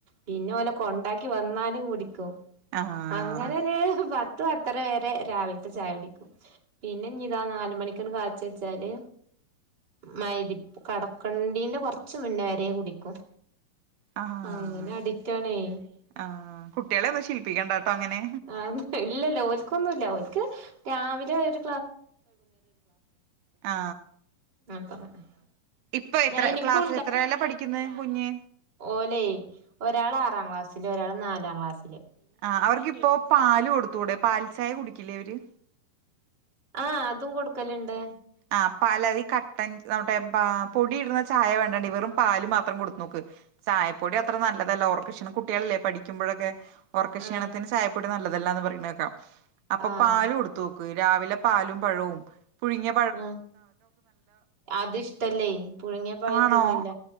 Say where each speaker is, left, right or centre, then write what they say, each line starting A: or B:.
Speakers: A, on the right; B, on the right.
A: പിന്നെ ഓലെ കൊണ്ടാക്കി വന്നാലും കുടിക്കും
B: ആഹ്
A: അങ്ങനെര് പത്ത് പ ത്തര വരെ രാവിൽത്ത ചായ കുടിക്കും. പിന്നെ ഇഞ്ഞി ഇതാ നാല് മണികാണ്ട് കാചി വെച്ചാല് മയ്രി കടക്കണ്ടീന്റെ കൊർച് മുന്നെ വരെ കുടിക്കും.
B: കള്ളിന്
A: അങ്ങനെ അഡിക്റ്റാണേ
B: ആഹ് കുട്ടികളെ ഒന്നും ശീലിപ്പിക്കണ്ടാട്ടോ അങ്ങനെ
A: ആ ഇല്ലല്ല ഓൽക്കൊന്നു ഇല്ല ഓൽക് രാവിലെ ഒര്
B: ആ
A: <unintelligible>
B: ഇപ്പ എത്ര
A: ഞാൻ എനിക്കും
B: ക്ലാസ്സ്‌ എത്രേലാ പഠിക്കുന്നെ കുഞ്ഞ്
A: ഓലെ ഒരാള് ആറാം ക്ലാസ്സ്‌ല് ഒരാള് നാലാം ക്ലാസ്സ്‌ല്
B: ആ അവർക്ക് ഇപ്പോ പാല് കൊടുത്തൂടെ പാൽ ചായ കുടിക്കില്ലേ അവര്
A: ആ അതും കൊടുക്കല്ണ്ട്.
B: ആ പലതി കട്ടൻ <unintelligible> പാ പൊടി ഇട്ണ ചായ വേണ്ട ടീ വെറും പാല് മാത്രം കൊടുത്ത് നോക്ക്. ചായപ്പൊടി അത്ര നല്ലതല്ല ഒർക്ക് ക്ഷീണം കുട്ടിയളല്ലേ പഠിക്കുമ്പഴൊക്കെ ഒർക്ക ക്ഷീണത്തിന്
A: ആഹ്
B: ചായപ്പൊടി നല്ലതല്ലാന്ന് പറിണെക്കാ അപ്പൊ
A: ആഹ്
B: പാല്. കൊടുത്തു രാവിലെ പാലും പഴവും പുയ്ങ്ങി
A: ആ അത് ഇഷ്ടല്ലേ പുഴുങ്ങിയ പഴ
B: ആണോ
A: തിന്നില്ല